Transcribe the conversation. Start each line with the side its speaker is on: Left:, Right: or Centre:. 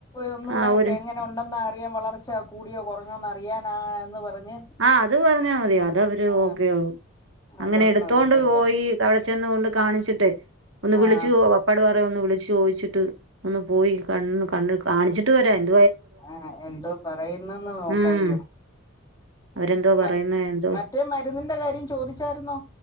Left: ഒന്നുടെ
Right: ആ ഒരു
Left: എങ്ങനെ ഉണ്ട് എന്ന് അറിയൻ വളർച്ച കൂടിയോ കുറഞ്ഞോന്ന് അറിയാനാ എന്ന് പറഞ്ഞ്
Right: ആഹ് അത് പറഞ്ഞാൽ മതി അത് അവര്
Left: ആ,
Right: ഓക്കെ ആകും
Left: അതൊരെണ്ണം
Right: അങ്ങനെ എടുത്തോണ്ട്
Left: എടുക്കല്ലേ
Right: പോയി അവിടെ ചെന്ന് കൊണ്ട് കാണിച്ചിട്ടേ ഒന്ന്
Left: ആഹ്
Right: വിളിച്ചു അപ്പാട് പറയും ഒന്ന് വിളിച്ചു ചോദിച്ചിട്ട് ഒന്ന് പോയി കണ്ണ് ക കാണിച്ചിട്ട് വരാരുന്നു
Left: ആഹ് എന്തോ പറയുന്നന്ന് നോക്കാലോ
Right: ഉം അവരെന്തോ
Left: മ
Right: പറയുന്നത് എന്തോ
Left: മറ്റേ മരുന്നിന്റെ കാര്യം ചോദിച്ചായിരുന്നോ